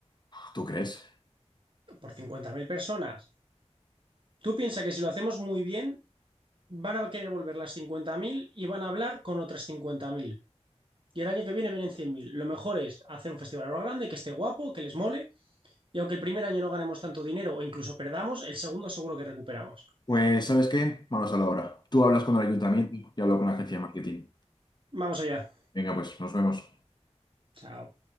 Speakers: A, on the left; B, on the right.
A: ¿Tú crees?
B: por 50.000 personas. Tú piensas que si lo hacemos muy bien, van a querer volver las 50.000 y van a hablar con otras cincuenta mil Y el año que viene vienen cien mil Lo mejor es hacer un festival ahora grande, que esté guapo, que les mole. Y aunque el primer año no ganemos tanto dinero o incluso perdamos, el segundo seguro que recuperamos.
A: Pues, ¿sabes qué? Manos a la obra. Tú hablas con el ayuntamiento y hablo con la agencia de marketing.
B: Vamos allá.
A: Venga, pues, nos vemos.
B: Chao.